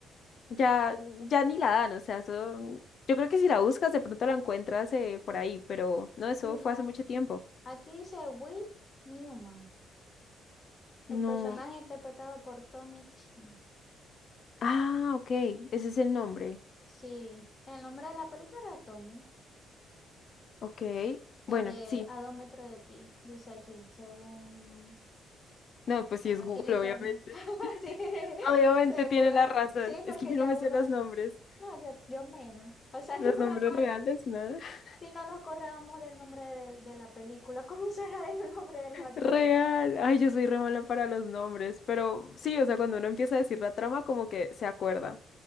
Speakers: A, on the left; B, on the left.
A: Ya, ya ni la dan, o sea, eso, yo creo que si la buscas de pronto la encuentras eh, por ahí, pero no, eso
B: Mira.
A: fue hace mucho tiempo.
B: Aquí dice Will Newman,
A: No.
B: el personaje interpretado por Tommy Chin.
A: Ah, ok, ese es el nombre.
B: Sí, el nombre de la película era Tommy,
A: Ok,
B: el
A: bueno,
B: de
A: sí.
B: A dos metros de ti, dice aquí, según
A: No, pues sí
B: no,
A: es
B: aquí
A: Google,
B: el internet.
A: obviamente.
B: <laughs> Sí,
A: Obviamente
B: según,
A: tiene
B: eh,
A: la razón.
B: sí,
A: Es
B: porque
A: que yo
B: ya
A: no me
B: uno
A: sé los
B: los...
A: nombres.
B: No, yo, yo menos. O sea,
A: Los
B: <laughs> yo
A: nombres
B: me acuerdo,
A: reales, nada. <laughs>
B: si no nos corrábamos del nombre del- de, la película, <laughs> ¿cómo será el nombre de los actores?
A: Real. Ay, yo soy re mala para los nombres, pero sí, o sea, cuando uno empieza a decir la trama, como que se acuerda.